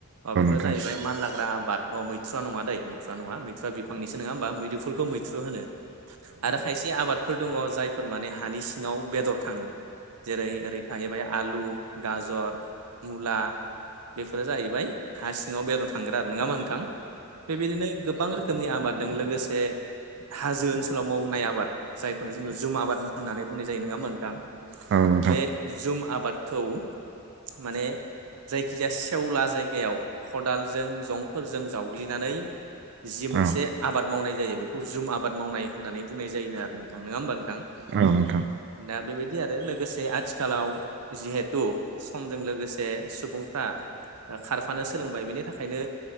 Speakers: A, on the right (about 80°); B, on the right (about 55°).
A: अ बेफोर
B: नोंथां
A: जाहैबाय मानलाग्रा आबाद अ मैथ्रुवा नङा दै मैथ्रु नङा मैथ्रु मैथ्रु बिफांनिसो नङा होमबा मैदुफुलखौ मैथ्रु होनो आरो खायसे आबाद फोर दंङो जायफोर माने हानि सिङाव बेदर थांङो जेरै ओरै थाहैबाय आलु गाजर मुला बेफोरो जाहैबाय हा सिङाव बेराव थांग्रा आरो नंङामोन नोंथां बेबायदिनो गोबां रोखोमनि आबादजों लोगोसे हाजो ओनसोलाव मावनाय आबाद जायखौनो जोंङो जुमा आबाद होननानै बुंनाय जायो नंङा होमा नोंथां
B: औ नोंथां
A: बे जुम आबादखौ माने जायखिजाया सेवला जायगायाव खदालजों जंफोरजों जावग्लिनानै जि मोनसे
B: औ औ
A: आबाद मावनाय जायो बेखौ जुम आबाद मावनाय होननानै बुंनाय जायोनो आरो नोंथां नंङा होमबानो
B: औ नोंथां
A: दा बेबायदि आरो लोगोसे आथिखालाव जिहेथु समजों लोगोसे सुबुंफ्रा खारफानो सोलोंबाय बिनि थाखायनो